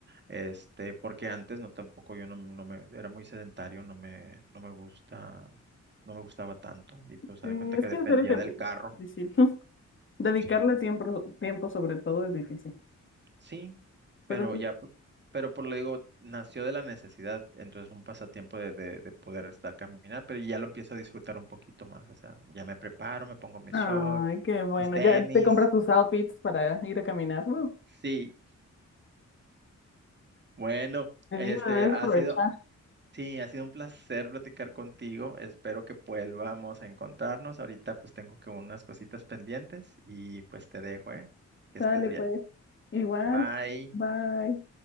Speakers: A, on the right; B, on the left.
A: este, porque antes no tampoco yo no, no me, era muy sedentario, no me, no me gusta, no me gustaba tanto, y pues
B: Sí,
A: se da cuenta
B: es
A: que
B: que
A: dependía
B: hacer ejercicio
A: del carro,
B: es difícil. <laughs> Dedicarle
A: sí,
B: tiempo, tiempo sobre todo es difícil.
A: sí,
B: Pero
A: pero
B: sí.
A: ya, p- pero por lo digo, nació de la necesidad, entonces un pasatiempo de, de, de poder estar caminar, pero ya lo empiezo a disfrutar un poquito más, o sea, ya me preparo, me pongo mis
B: Ay,
A: shorts,
B: qué bueno.
A: mis tenis,
B: Ya te compras tus outfits para ir a caminar. Woo.
A: sí. Bueno,
B: Te
A: este
B: digo, deberías
A: ha
B: aprovechar.
A: sido, sí, ha sido un placer platicar contigo. Espero que vuelvamos a encontrarnos. Ahorita pues tengo que unas cositas pendientes y pues te dejo, ¿eh? Que
B: Sale
A: estés bien.
B: pues. Igual.
A: Bye.
B: Bye.